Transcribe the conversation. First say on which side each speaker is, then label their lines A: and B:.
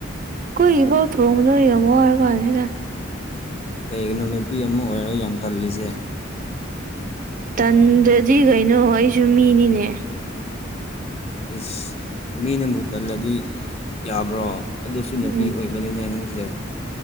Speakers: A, on the right (about 45°); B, on the left (about 30°).
A: ꯑꯈꯣꯏ ꯒꯤꯐꯥꯎ ꯊꯣꯡꯕꯗꯣ ꯌꯥꯝ ꯋꯥꯔꯀꯥꯟꯁꯤꯗ
B: ꯀꯩꯒꯤꯅꯣ ꯅꯨꯄꯤ ꯑꯃ ꯑꯣꯏꯔꯒ ꯌꯥꯝ ꯇꯜꯂꯤꯁꯦ
A: ꯇꯟꯗꯥꯗꯤ ꯀꯩꯅꯣ ꯑꯩꯁꯨ ꯃꯤꯅꯤꯅꯦ
B: ꯏꯁ ꯃꯤꯅꯕꯨ ꯇꯜꯂꯗꯤ ꯌꯥꯕ꯭ꯔꯣ ꯑꯗꯨꯁꯨ ꯅꯨꯄꯤ
A: ꯎꯝ
B: ꯑꯣꯏꯕꯅꯤꯅꯦ ꯅꯪꯖꯦ